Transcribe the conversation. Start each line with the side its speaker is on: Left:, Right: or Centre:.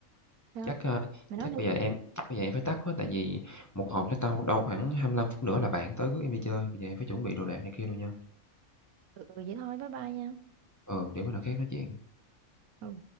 Right: Sao?
Left: Chắc, a,
Right: Mày
Left: chắc
Right: nói đi.
Left: bây giờ em chắc bây giờ em phải tắt quá, tại vì một hộp nó tao đâu khoảng 25 phút nữa là bạn tới rước em đi chơi, bây giờ em phải chuẩn bị đồ đạc này kia rồi nha.
Right: Ừ, ừ, vậy thôi, bye bye nha.
Left: ờ để bữa nào khác nói chuyện.
Right: Ừ.